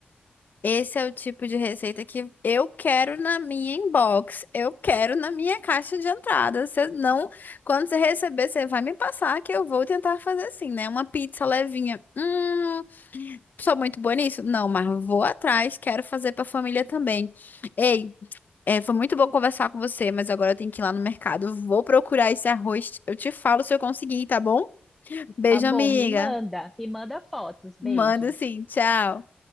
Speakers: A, on the left; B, in the centre.
A: Esse é o tipo de receita que eu quero na minha inbox, eu quero na minha caixa de entrada. Você não, quando você receber, você vai me passar que eu vou tentar fazer assim, né? Uma pizza levinha. Hum, sou muito boa nisso? Não, mas vou atrás, quero fazer pra família também. Ei, é, foi muito bom conversar com você, mas agora eu tenho que ir lá no mercado. Vou procurar esse arroz. Eu te falo se eu conseguir, tá bom? Beijo,
B: Tá bom,
A: amiga.
B: me manda. Me manda fotos. Beijo.
A: Manda sim, tchau.